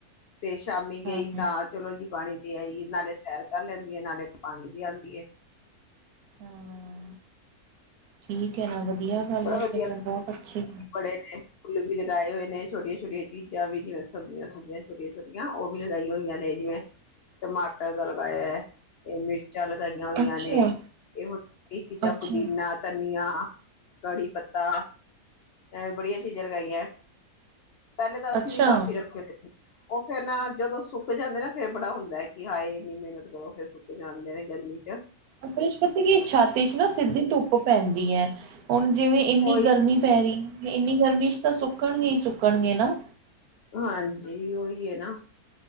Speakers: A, on the left (about 65°); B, on the right (about 75°).
A: ਤੇ ਸ਼ਾਮੀ ਗਈ
B: ਹਾਂ
A: ਤਾਂ, ਚਲੋ ਜੀ ਪਾਣੀ ਦੇ ਆਈ ਏ, ਨਾਲੇ ਸੈਰ ਕਰ ਲੈਂਦੀ ਏ, ਨਾਲੇ ਪਾਣੀ ਦੇ ਆਂਦੀ ਏ।
B: ਹਾਂ ਠੀਕ ਐ ਨਾ, ਵਧੀਆ ਗੱਲ
A: ਬੜਾ
B: ਐ,
A: ਵਧੀਆ
B: ਸਗੋ ਬਹੁਤ ਅੱਛੀ
A: ਬੜੇ ਨੇ ਫੁੱਲ ਵੀ ਲਗਾਏ ਹੋਏ ਨੇ, ਛੋਟੀਆਂ ਛੋਟੀਆਂ ਚੀਜ਼ਾਂ ਵੀ, ਜਿਵੇੰ ਸਬਜ਼ੀਆਂ ਸੁਬਜ਼ੀਆਂ ਛੋਟੀਆਂ ਛੋਟੀਆਂ, ਔ ਵੀ ਲਗਾਇਆ ਹੋਈਆਂ ਨੇ, ਜਿਵੇ ਟਮਾਟਰ ਦਾ ਲਗਾਇਆ ਮਿਰਚਾਂ ਲਗਾਈਆਂ ਹੋਈਆਂ
B: ਅੱਛਾ।
A: ਨੇ, ਇਹ ਚੀਜ਼ਾਂ
B: ਅੱਛਾ,
A: ਪੁਦੀਨਾ ਧਨੀਆ ਕੜੀ ਪੱਤਾ ਐਵੇਂ ਬੜੀਆ ਚੀਜਾ ਲਗਾਈਆਂ- ਪਹਿਲੇ ਤਾਂ ਅਸੀਂ
B: ਅੱਛਾ
A: ਵੀ ਕਾਫੀ ਰੱਖੇ ਹੋਏ ਸੀ। ਔ ਫਿਰ ਨਾ ਜਦੋਂ ਸੁੱਕ ਜਾਂਦੇ ਨਾ ਫਿਰ ਬੜਾ ਹੁੰਦਾ ਕਿ ਹਾਏ ਇਨੀ ਮੇਹਨਤ ਕਰੋ, ਫੇਰ ਸੁੱਕ ਜਾਂਦੇ ਨੇ, ਗਰਮੀ ਚ।
B: ਅਸਲ ਵਿਚ ਪਤਾ ਹੈ ਕੀ ਛੱਤ ਵਿਚ ਨਾ ਸਿੱਧੀ ਧੁੱਪ ਪੈਂਦੀ ਐ। ਹੁਣ ਜਿਵੇਂ ਇੰਨੀ
A: ਉਹੀ
B: ਗਰਮੀ ਪੈ ਰਹੀ, ਇੰਨੀ ਗਰਮੀ ਚ ਤਾਂ ਸੁੱਕਣਗੀ ਸੁੱਕਣਗੇ ਨਾ
A: ਹਾਂਜੀ ਔਹੀ ਹੈ ਨਾ।